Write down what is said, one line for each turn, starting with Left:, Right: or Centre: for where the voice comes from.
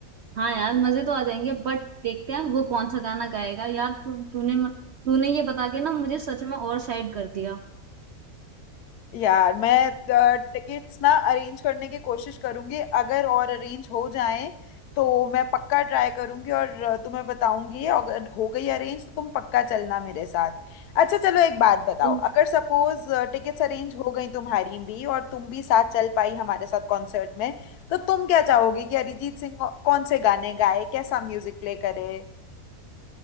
Right: हाँ यार मजे तो आ जाएंगे बट देखते हैं वो कौन सा गाना गाएगा यार तू तूने मत- तूने ये बता के ना मुझे सच में और साइड कर दिया
Left: यार मैं टिकट्स ना अरेंज करने की कोशिश करूंगी अगर और अरेंज हो जाए तो मैं पक्का ट्राई करूंगी और अ, तुम्हें बताऊंगी अगर हो गई अरेंज तो तुम पक्का चलना मेरे साथ अच्छा चलो एक बात बताओ
Right: और
Left: अगर सपोज टिकट्स अरेंज हो गई तुम्हारी भी और तुम भी साथ चल पाई हमारे साथ कॉन्सर्ट में तो तुम क्या चाहोगी कि अरिजीत सिंह कौन से गाने गाए कैसा म्यूजिक प्ले करे